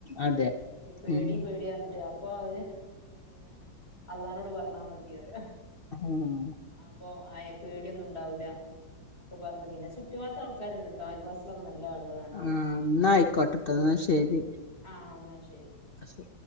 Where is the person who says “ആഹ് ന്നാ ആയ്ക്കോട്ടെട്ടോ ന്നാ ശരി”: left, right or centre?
Left